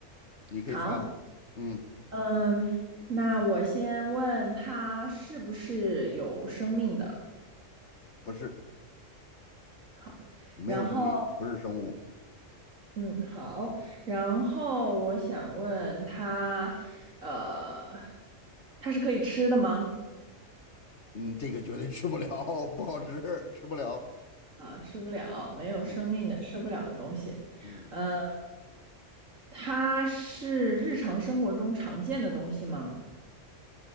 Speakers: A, on the left; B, on the right.
A: 你可以猜了。
B: 好，
A: 嗯，
B: 嗯，那我先问它是不是有生命的？
A: 不是，
B: 好，
A: 没有生命，
B: 然后，
A: 不是生物。
B: 嗯，好，然后我想问它，呃，它是可以吃的吗？
A: 嗯，这个绝对吃不了，<laughs> 不好吃，吃不了。
B: 啊，吃不了，没有生命的，
A: 嗯
B: 吃不了的东西。
A: 嗯，
B: 呃，它是日常生活中常见的东西吗？